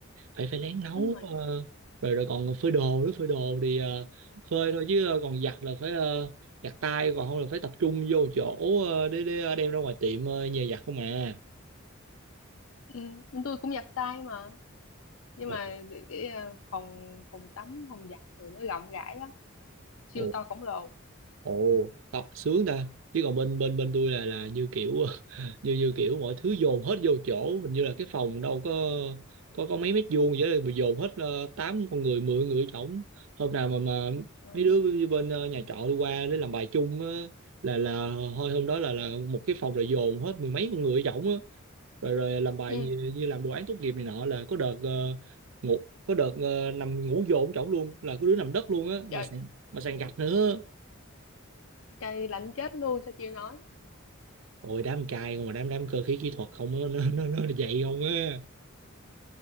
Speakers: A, on the right (about 70°); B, on the left (about 75°).
A: phải phải lén nấu
B: đúng rồi
A: ờ, rồi rồi còn phơi đồ nữa phơi đồ thì ờ, phơi thôi chứ ờ, còn giặt là phải ờ, giặt tay còn không là phải tập trung vô chỗ ờ, để để ờ, đem ra ngoài tiệm ờ, nhờ giặt không à
B: ừ. bên tôi cũng giặt tay mà nhưng
A: ồ,
B: mà cái ờ, phòng phòng tắm phòng giặt tụi nó rộng rãi lắm siêu
A: ồ
B: to khổng lồ
A: Ồ, đó, sướng ta. Chứ còn bên bên bên tôi là là như kiểu <laughs> như như kiểu mọi thứ dồn hết vô chỗ, hình như là cái phòng đâu có có có mấy mét vuông vậy đó, mà dồn hết ờ, tám con người, 10 người trỏng. Hôm nào mà mà
B: Ừ.
A: mấy đứa bên ờ, nhà trọ đi qua để làm bài chung á là là thôi hôm đó là là một cái phòng rồi dồn hết mười mấy con người trỏng á. Rồi rồi làm bài
B: ừ
A: như, như làm đồ án tốt nghiệp này nọ là có đợt ờ, ngủ có đợt ờ, nằm ngủ dồn trỏng luôn là có đứa nằm đất luôn á mà
B: trời
A: sàn mà sàn gạch nữa
B: trời lạnh chết luôn sao chưa nói
A: ôi đám trai không mà đám đám cơ khí kỹ thuật không á, nó nó nó vậy không á